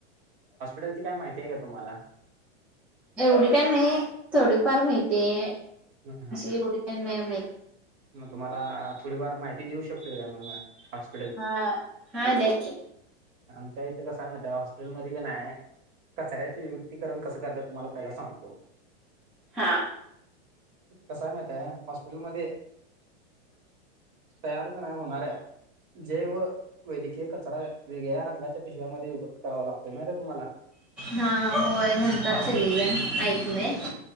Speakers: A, on the right; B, in the centre.
A: हॉस्पिटलची काय माहिती आहे का तुम्हांला?
B: एवढी काय नाही थोडी फार माहितीय
A: ह
B: अशी एवढी. काय नाही माहित.
A: मग तुम्हांला थोडीफार माहिती देऊ शकतोय काय मग असं.
B: हा हा द्या की.
A: आमच्या इथं कस हाय माहित हॉस्पिटलमध्ये का नाही. कचऱ्याचे वि्युक्तीकरण कसं करतात तुम्हांला पहिला सांगतो.
B: हां.
A: कसाय माहिताय हॉस्पिटलमध्ये. तयार क नाही होणाऱ्या जैव वैद्यकीय कचरा. वेगळ्या रंगाच्या पिश्याव्यामध्ये विभक्त करावा लागतोय माहित आहे तुम्हांला.
B: हा होय म्हणतात सगळीजण ऐकलंय.